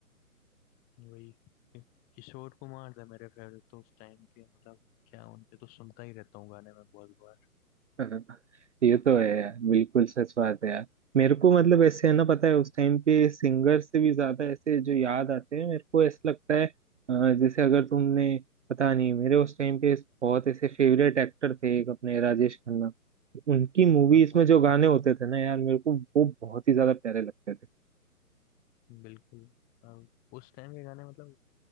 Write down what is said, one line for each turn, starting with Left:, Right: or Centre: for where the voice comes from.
Left: वही किशोर कुमार थे मेरे फेवरेट तो उस टाइम के मतलब क्या उनके तो सुनता ही रहता हूँ गाने में बहुत बार
Right: हैं <laughs> ये
Left: हाँ
Right: तो है यार बिल्कुल सच बात है यार मेरे को मतलब ऐसे है ना पता है उस टाइम पे सिंगर से भी ज्यादा ऐसे जो याद आते हैं मेरे को ऐसा लगता है अ, जैसे अगर तुमने पता नहीं मेरे उस टाइम पे बहुत ऐसे फेवरेट एक्टर थे एक अपने राजेश खन्ना उनकी मूवीज
Left: हाँ हाँ।
Right: में जो गाने होते थे ना यार मेरे को वो बहुत ही ज्यादा प्यारे लगते
Left: बिल्कुल अब उस टाइम के गाने मतलब